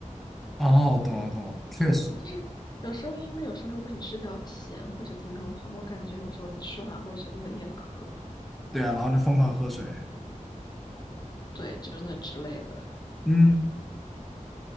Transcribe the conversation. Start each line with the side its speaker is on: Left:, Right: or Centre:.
Centre: 哦，懂了懂了，确实，
Left: <laughs> 就是有时候因为有时候如果你吃比较咸或者怎么样的话，我感觉有时候你吃完会觉得有点渴，
Centre: 对啊，然后就疯狂喝水，
Left: 对，就那之类的。
Centre: 嗯，